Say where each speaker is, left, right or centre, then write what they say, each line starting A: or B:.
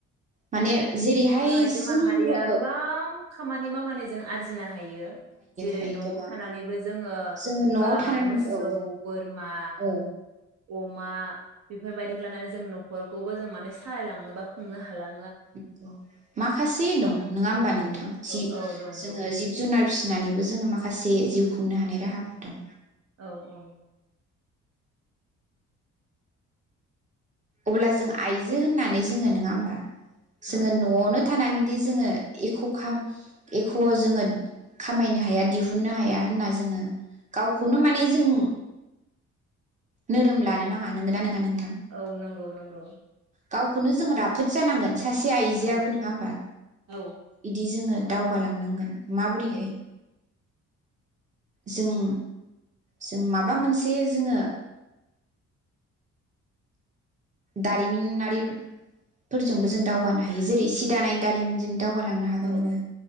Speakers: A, on the right; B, on the right.
A: माने
B: औ
A: जेरैहाय
B: जों आइजो
A: जोंखो
B: माहारिया गोबां खामानि मावनानै जों आरजिनो हायो। हायो जेरै
A: हायो
B: नआव
A: गोबां
B: थानानैबो जोङो
A: जोङो न'आव
B: बा
A: थानानै
B: मोसौ
A: औ
B: बोरमा
A: औ
B: अमा बेफोर बायदिखौ लानानै जों नखौबो जों माने सायलांनो बा खुंनो हालां
A: <unintelligible> माखासे दं नङा होमबा नों थां जि
B: औ औ दं
A: जोङो
B: दं
A: जिब जुनार फिसिनानैबो जोङो माखासे जिउ खुंनो हानाय राहाफोर दं
B: औ औ।
A: अब्ला जों आइजो होननानै जोङो नङा होनबा? जोङो
B: औ
A: नआवनो थानानैदि जोङो एख खाम एख जोङो खामायनो हाया दिहुननो हाया होनना जोङो गावखौनो माने जों नोरोम लानो नाङा नोंगौ ना नोंङा नों
B: औ नोंगौ नोंगौ।
A: गावखौनो जोङो राफोद जानांगोन। सासे आइजोआबो
B: औ
A: नोङा होमबा
B: औ
A: बिदि जोङो दावगालांनांगोन। माबोरैहाय
B: औ
A: जों जों माबा मोनसे जोङो दारिमिनारिफोरजोंबो जों दावगानो हायो जेरै सि दानाय दारिमिनजों दावगालांनो हागोन
B: औ
A: नोङो